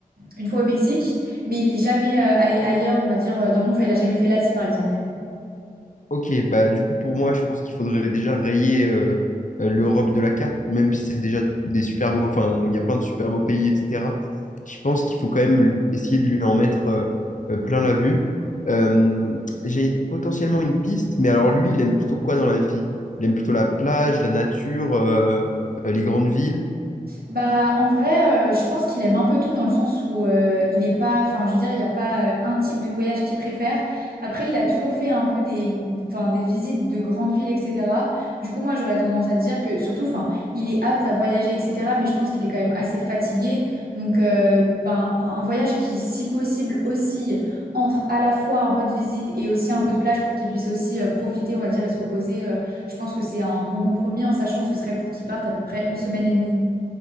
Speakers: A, on the right; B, on the left.
A: une fois au Mexique, mais il est jamais euh, allé ailleurs, on va dire, euh, dans le monde, enfin, il a jamais fait l'Asie, par exemple.
B: Ok, bah du coup pour moi je pense qu'il faudrait déjà rayer euh, euh, l'Europe de la carte, même si c'est déjà des super beaux, enfin on- il y a plein de super beaux pays, etc. Je pense qu'il faut quand même lui- essayer de lui en mettre euh, euh, plein la vue. Euh, j'ai potentiellement une piste, mais alors lui il aime plutôt quoi dans la vie? Il aime plutôt la plage, la nature, euh, euh, les grandes villes.
A: Bah, en vrai, euh, je pense qu'il aime un peu tout dans le sens où euh, il est pas, enfin, je veux dire, il n'y a pas euh, un type de voyage qu'il préfère. Après, il a toujours fait un peu des, enfin, des visites de grandes villes, etc. Du coup, moi, j'aurais tendance à dire que, surtout, enfin, il est apte à voyager, etc. Mais je pense qu'il est quand même assez fatigué. Donc, euh, ben, un voyage qui, si possible, aussi entre à la fois un peu de visite et aussi un peu de plage pour qu'il puisse aussi euh, profiter, on va dire, et se reposer. euh, je pense que c'est un bon compromis en sachant que ce serait pour qu'il parte à peu près une semaine et demie.